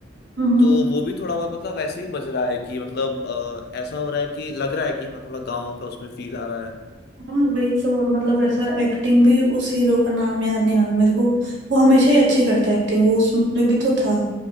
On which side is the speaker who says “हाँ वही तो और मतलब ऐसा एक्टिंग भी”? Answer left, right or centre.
Right